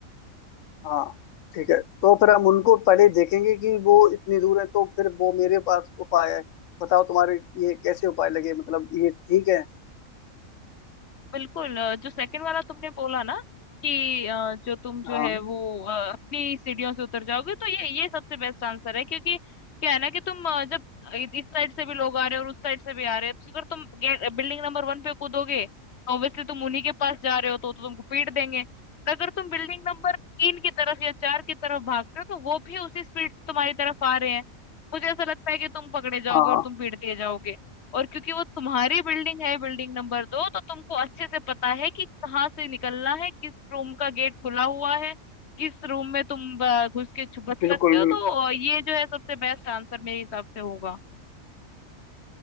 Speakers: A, on the left; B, on the left.
A: हाँ ठीक है तो फिर हम उनको पहले देखेंगे कि वो इतनी दूर है तो फिर वो मेरे पास उपाय है बताओ तुम्हारे ये कैसे उपाय लगे मतलब ये ठीक है
B: बिल्कुल अ, जो सेकंड वाला तुमने बोला ना कि अ, जो तुम जो
A: हाँ
B: है वो अ, अपनी सीढ़ियों से उतर जाओगे तो ये ये सबसे बेस्ट आंसर है क्योंकि क्या है ना कि तुम अ, जब इ- इस साइड से भी लोग आ रहे हैं और उस साइड से भी आ रहे हैं तो अगर तुम बिल्डिंग नंबर वन पे कूदोगे तो ऑब्वियसली तुम उन्हीं के पास जा रहे हो तो, तो तुमको पीट देंगे और अगर तुम बिल्डिंग नंबर तीन की तरफ या चार की तरफ भागते हो तो वो भी उसी स्पीड से तुम्हारी तरफ आ रहे हैं मुझे ऐसा लगता है कि तुम पकड़े जाओगे
A: हाँ
B: और
A: हाँ
B: तुम पीट दिए जाओगे और क्योंकि वो तुम्हारी बिल्डिंग है बिल्डिंग नंबर दो तो तुमको अच्छे से पता है कि कहाँ से निकलना है किस रूम का गेट खुला हुआ है किस रूम में तुम अ, घुस के छुप बच
A: बिल्कुल
B: सकते हो
A: बिल्कुल
B: तो अ, ये जो है सबसे बेस्ट आंसर मेरे हिसाब से होगा